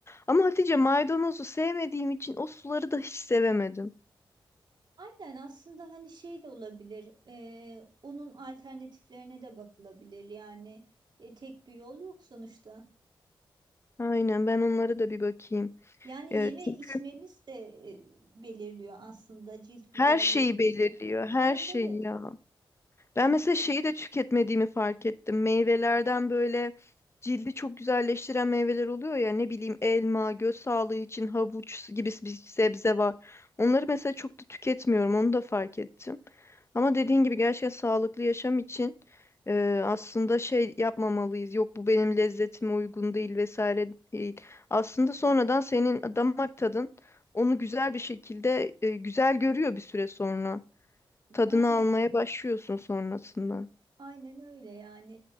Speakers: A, on the left (about 30°); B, on the right (about 55°).
A: Ama Hatice maydanozu sevmediğim için o suları da hiç sevemedim.
B: Aynen aslında hani şey de olabilir. e, onun alternatiflerine de bakılabilir. Yani e, tek bir yol yok sonuçta.
A: Aynen ben onlara da bir bakayım.
B: Yani
A: Evet.
B: yeme
A: çünkü
B: içmemiz de e, belirliyor aslında cilt güzelliğimizi.
A: Her şeyi belirliyor. Her
B: Evet
A: şeyi
B: evet.
A: ya. Ben
B: Hani
A: mesela şeyi de tüketmediğimi fark ettim. Meyvelerden böyle cildi çok güzelleştiren meyveler oluyor ya ne bileyim elma, göz sağlığı için havuç gibi bir sebze var. Onları mesela çok da tüketmiyorum onu da fark ettim. Ama dediğin gibi gerçekten sağlıklı yaşam için e, aslında şey yapmamalıyız. Yok bu benim lezzetime uygun değil vesaire değil. Aslında sonradan senin damak tadın onu güzel bir şekilde e, güzel görüyor bir süre sonra. Tadını
B: aynen
A: almaya başlıyorsun sonrasında.
B: aynen öyle yani